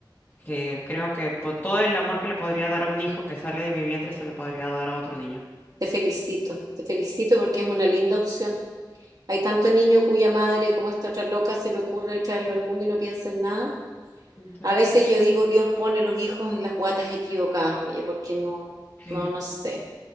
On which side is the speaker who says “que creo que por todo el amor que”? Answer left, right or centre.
Left